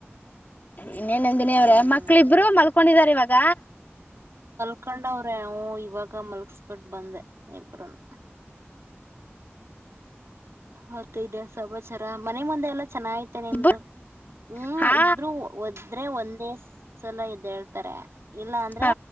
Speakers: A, on the left (about 40°); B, on the right (about 75°).
A: ಇನ್ನೇನಂದಿನಿ
B: ಹ್ಮ್
A: ಅವವ್ರ ಮಕ್ಳಿಬ್ರು ಮಲ್ಕೊಂಡಿದಾರ ಇವಾಗ
B: ಹಕೊಂಡವ್ರೆ ಅವ ಇವಾಗ ಮಲ್ಗಸ್ಬಿಟ್ಟ ಬಂದೆ ಇಬ್ರನು ಮತ್ತ ಇದದೆ ಸಮಾಚಾರ ಮನೆ ಮುಂದೆ ಎಲ್ಲ ಚೆನ್ನಾಗತೆೇನೆ ನಿಮ್ದು
A: ಇಬ್ಬರು
B: ಹ್ಮ್
A: ಹಾ
B: ಇಬರು ಒದ ಆದ್ರೆ ಒಂದೇ ಸಲ ಇದ್ ಹೇಳ್ತಾರೆ ಇಲ್ಲಾ ಅಂದ್ರೆ
A: ಹ